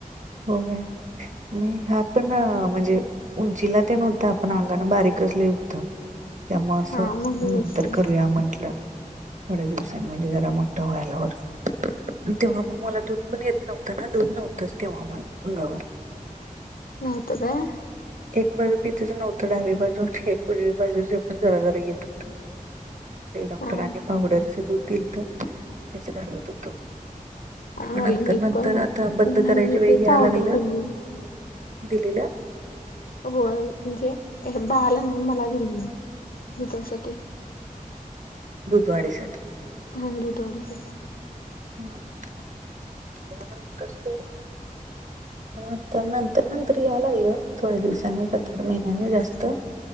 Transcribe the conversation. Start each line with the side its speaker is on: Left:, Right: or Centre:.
Right: हो <unintelligible> काय पण म्हणजे, उंचीला ते नव्हतं पण, अंगान बारीकच लय होतं. त्यामुळे असं
Left: हा म्हणूनच
Right: नंतर,
Left: ते
Right: करूया म्हटलं. थोड्या दिवसांनी म्हणजे, जरा मोठा होय आल्यावर. तेव्हा मग मला दूध पण येत नव्हत ना, दूध नव्हतच तेव्हा मग अंगावर
Left: नव्हतं काय?
Right: एक बाजू पी टच नव्हतं डावी बाजू एक उजवी बाजूच, पण जरा जरा येत होतं. ते डॉक्टरनी
Left: हा
Right: पावडरचे दूध दिल त्याचं भरवत होतो. मग
Left: मला
Right: नंतर
Left: मी
Right: नंतर
Left: पण
Right: आता बंद
Left: नाही
Right: करायच्या
Left: मी
Right: वेळी
Left: ते
Right: याय
Left: पावडर
Right: लागलं
Left: केली
Right: दिलेलं.
Left: होय म्हणजे हे बाळाला नाही मला दिलेली दुधासाठी.
Right: दूध वाढीसाठी.
Left: अ दूध वाढीसाठी.
Right: हं मला काय आत्ताच केला? हो तर नंतर नंतर याय लागलं, थोड्या दिवसांनी सात आठ महिन्यांनी जास्त.